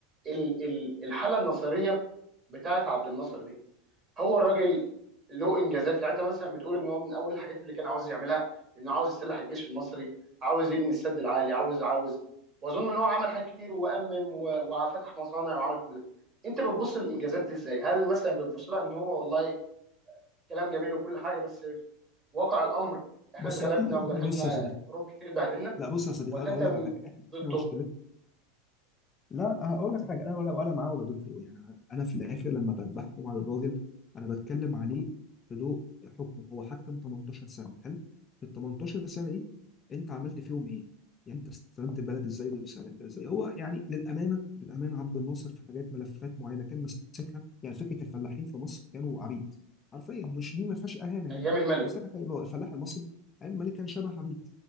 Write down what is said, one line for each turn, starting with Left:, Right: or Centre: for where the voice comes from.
Right: ال ال الحاله النصيريه بتاعت عبد الناصر دي هو الراجل له انجازات يعني انت مثلا بتقول ان هو من اول الحاجات اللي كان عاوز يعملها انه عاوز يسلح الجيش المصري عاوز يبني السد العالي عاوز عاوز واظن ان هو عمل حاجات كتير وامم و- وفتح مصانع وعمل كل ده انت بتبص للانجازات دي ازاي هل مثلا بتبص لها ان هو والله كلام جميل وكل حاجه بس في واقع الامر احنا
Left: بص
Right: اتغلبنا
Left: <clears throat>
Right: ودخلنا
Left: بص يا صديقي
Right: حروب كتير اتبهدلنا
Left: لا بص يا صديقي
Right: ولا
Left: انا
Right: انت
Left: اقول
Right: م-
Left: لك على حاجه احنا إحنا
Right: ضده
Left: مشكلتنا لا هقول لك حاجه انا ولا ولا معاه ولا ضده يعني انا أنا في الاخر لما ب- بحكم على الراجل انا بتكلم عليه بضوء حكمه هو حكم 18 سنه حلو في ال 18 سنه دي انت عملت فيهم ايه؟ يعني انت استلمت البلد ازاي وسلمتها ازاي؟ هو يعني للامانه للامانه عبد الناصر في حاجات ملفات معينه كان ماسكها يعني فكره الفلاحين في مصر كانوا عبيد حرفيا مش دي ما فيهاش اهانه
Right: ايام
Left: يعني
Right: الملك
Left: بس لكن الفلاح المصري عيب الملك كان شبه عبيد